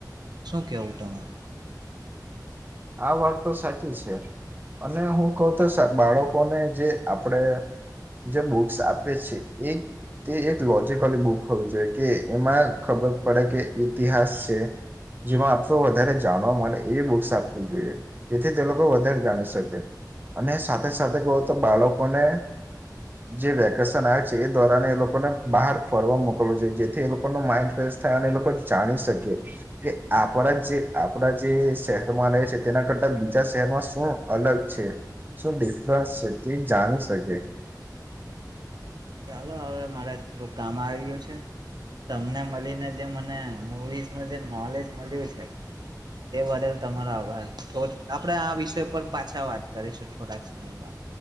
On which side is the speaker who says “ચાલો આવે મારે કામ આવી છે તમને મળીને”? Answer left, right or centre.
Right